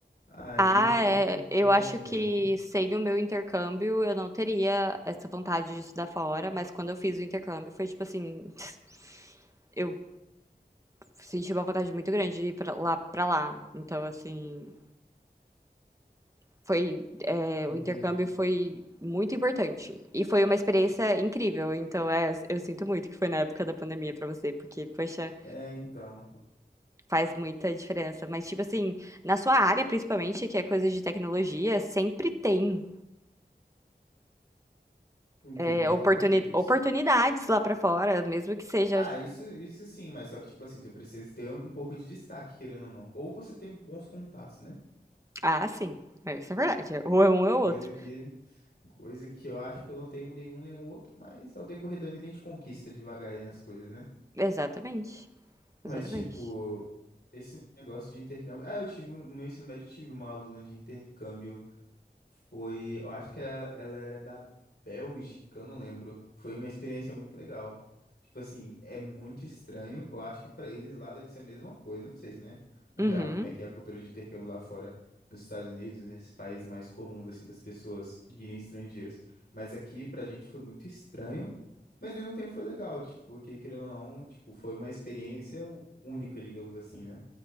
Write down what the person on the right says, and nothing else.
Ah,
é.
Eu
acho
que sem o meu intercâmbio eu não teria essa vontade de estudar fora, mas quando eu fiz o intercâmbio foi tipo assim, <laughs> eu senti uma vontade muito grande de ir pra lá, pra lá. Então, assim, foi, é,
o intercâmbio foi muito importante e foi uma experiência incrível. Então, é, eu sinto muito que foi na época da pandemia pra você, porque, poxa,
faz muita diferença. Mas, tipo assim, na sua área, principalmente, que é coisa de tecnologia, sempre tem.
é,
oportuni-
oportunidades lá pra fora, mesmo que seja.
Ah, sim. É, Isso é verdade. é, Ou é um ou é outro.
Exatamente. Exatamente.
Uhum.